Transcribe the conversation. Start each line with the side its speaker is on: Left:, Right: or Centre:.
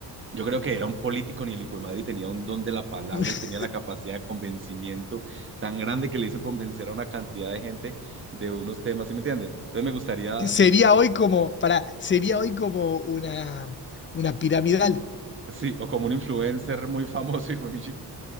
Right: yo creo que era un político ni el hijo de madre y tenía un don de la palabra
Left: <laughs>
Right: y tenía la capacidad de convencimiento tan grande que le hizo convencer a una cantidad de gente de unos temas, ¿sí me entiende? Entonces me gustaría,
Left: Sería hoy como, para, sería hoy como una, una piramidal.
Right: sí, o como un influencer muy <laughs> famoso, hijo de mi